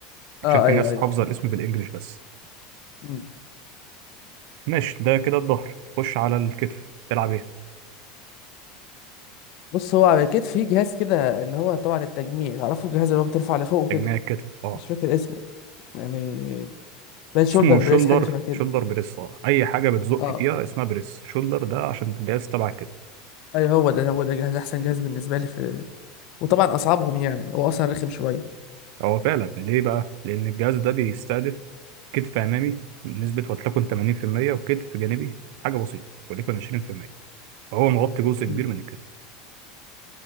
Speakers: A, on the left; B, on the right.
A: اه
B: عشان في
A: ايوه
B: ناس
A: ايوه
B: حافظه الاسم بالانجلش بس
A: مم.
B: ماشي ده كده الظهر خش على الكتف تلعب ايه
A: بص هو على كتف في جهاز كده اللي هو طبعا التجميع تعرفه الجهاز اللي هو بترفع لفوق
B: تجميع
A: كده
B: الكتف اه
A: مش فاكر اسمه يعني بين شولدر
B: اسمه
A: بريس
B: شولدر
A: حاجه شبه كده
B: شولدر بريس اه اي حاجه بتزق
A: اه
B: فيها اسمها بريس شولدر ده عشان الجهاز تبع الكتف
A: ايوه هو ده هو ده جهاز احسن جهاز بالنسبه لي في وطبعا اصعبهم يعني هو اصلا رخم شويه
B: هو فعلا ليه بقى لان الجهاز ده بيستهدف كتف امامي بنسبه ولتكن 80% وكتف جانبي حاجه بسيطه وليكن 20% فهو مغطي جزء كبير
A: مم.
B: من الكتف